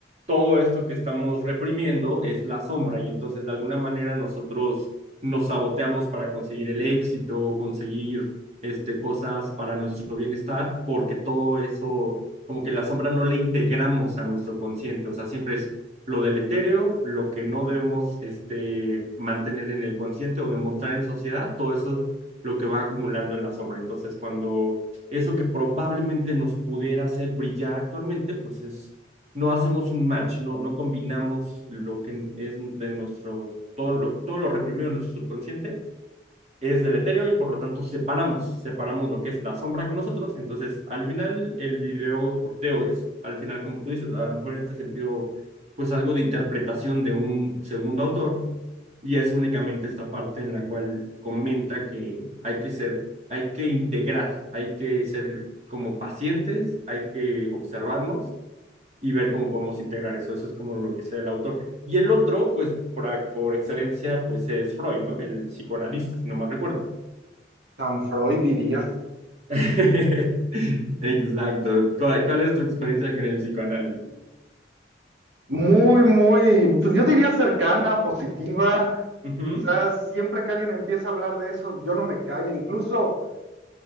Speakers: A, on the right (about 35°); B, on the right (about 80°).
A: todo esto que estamos reprimiendo es la sombra y entonces de alguna manera nosotros nos saboteamos para conseguir el éxito, conseguir este, cosas para nuestro bienestar, porque todo eso como que la sombra no la integramos a nuestro consciente, o sea, siempre es lo deletéreo, lo que no debemos este, mantener en el consciente o demostrar en sociedad, todo eso es lo que va acumulando en la sombra. Entonces, cuando eso que probablemente nos pudiera hacer brillar actualmente, pues es, no hacemos un match, no, no combinamos lo que es de nuestro todo lo, todo lo reprimido en nuestro subconsciente es deletéreo y por lo tanto separamos, separamos lo que es la sombra con nosotros. Entonces, al final, el video porteo es, al final, como tú dices, a lo mejor en este sentido, pues algo de interpretación de un segundo autor y es únicamente esta parte en la cual comenta que hay que ser, hay que integrar, hay que ser como pacientes, hay que observarnos y ver cómo podemos integrar eso. Eso es como lo que sea el autor. Y el otro, pues por, por excelencia, pues es Freud, ¿no? El psicoanalista, si no mal recuerdo.
B: San Freud dirían.
A: <laughs> Exacto. ¿Cuál, cuál es tu experiencia con el psicoanálisis?
B: Muy, muy, pues yo diría cercana, positiva.
A: Ujú,
B: O sea, siempre que alguien empieza a hablar de eso, yo no me callo. Incluso,